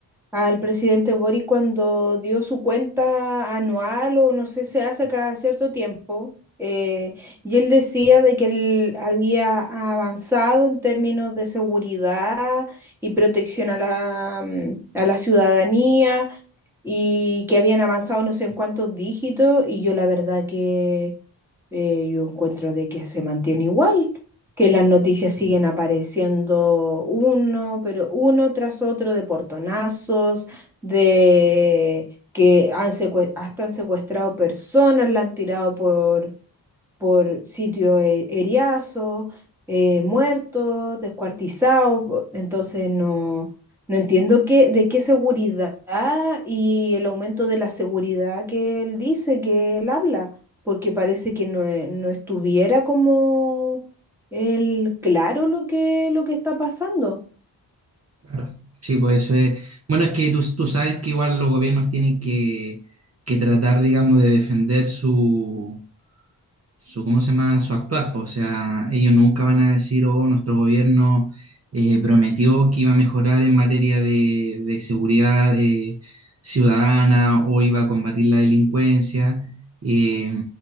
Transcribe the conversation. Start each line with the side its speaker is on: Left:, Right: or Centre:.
Centre: al presidente Boric cuando dio su cuenta anual o no sé, se hace cada cierto tiempo, eh, y él decía de que él había avanzado en términos de seguridad y protección a la, mm, a la ciudadanía, y que habían avanzado no sé en cuántos dígitos y yo la verdad que eh, yo encuentro de que se mantiene igual, que las noticias siguen apareciendo uno, pero uno tras otro de portonazos, de que han secue- hasta han secuestrado personas, la han tirado por, por sitio he- heriazo, eh, muerto, descuartizado. po- Entonces no, no entiendo qué, de qué seguridad y el aumento de la seguridad que él dice, que él habla, porque parece que no, e- no estuviera como él claro lo que, lo que está pasando.
Right: Claro. Sí, pues eso es. Bueno, es que tú, tú sabes que igual los gobiernos tienen que, que tratar, digamos, de defender su su, ¿cómo se llama? su actuar, po. O sea, ellos nunca van a decir, oh, nuestro gobierno eh, prometió que iba a mejorar en materia de, de seguridad eh, ciudadana o iba a combatir la delincuencia, eh,